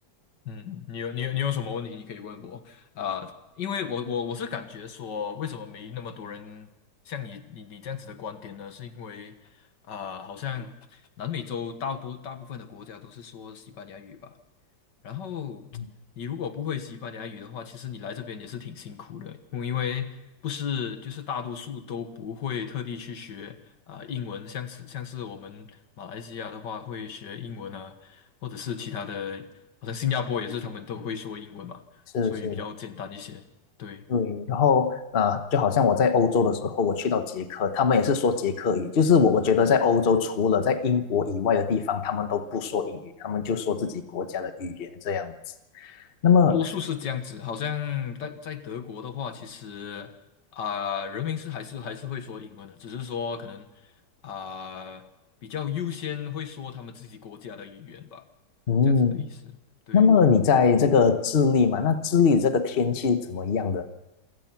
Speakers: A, on the left; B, on the left.
A: 嗯，你有你有你有什么问题你可以问我啊、因为我我我是感觉说，为什么没那么多人像你你你这样子的观点呢？是因为啊、好像南美洲大部大部分的国家都是说西班牙语吧。然后你如果不会西班牙语的话，
B: 嗯
A: 其实你来这边也是挺辛苦的，因为不是就是大多数都不会特地去学啊、英文，像是像是我们马来西亚的话会学英文啊，或者是其他的，好像新加坡也是他们都会说英文嘛，
B: 是是，
A: 所以比较简单一些。对。
B: 对，然后呃，就好像我在欧洲的时候，我去到捷克，他们也是说捷克语，就是我我觉得在欧洲除了在英国以外的地方，他们都不说英语，他们就说自己国家的语言这样子。那么，
A: 多数是这样子，好像在在德国的话，其实啊、人民是还是还是会说英文的，只是说可能啊、比较优先会说他们自己国家的语言吧，
B: 嗯，
A: 这样子的意思。对，
B: 那么你在这个智利嘛，那智利这个天气怎么样的？